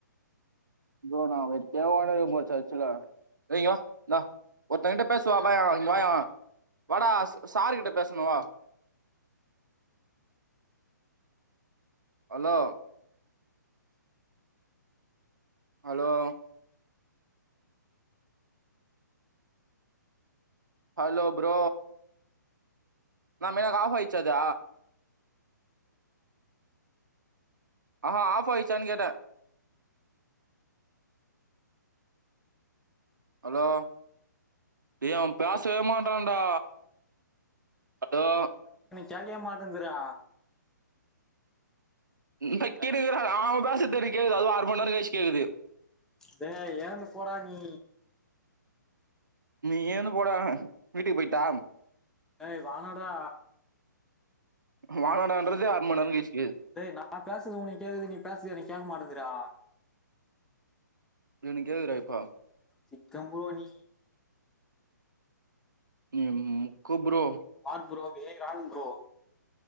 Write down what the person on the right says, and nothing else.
ப்ரோ <unintelligible> ஏய் இங்க வா வா ஒருத்தன் கிட்ட பேசுவா இங்க வாய வடா சாரு கிட்ட பேசனு வா. அலோ. அலோ. Hello bro. என்னமே ஹ ஆப்பாயிருச்சா அது. ஆஹா ஆஃப்யிச்சானு கேட்ட. அலோ டேய் அவ பேசவேமாட்டறான்டா. அலோ.
<unintelligible>
நீ எழுந்து போடா வீட்டுக்கு போயிட்டா.
வானாடன்றது ஆறுமணிநேரகெழுச்சு.
எனக் கேக்துடா இப்போ.
நீ முக்கு bro.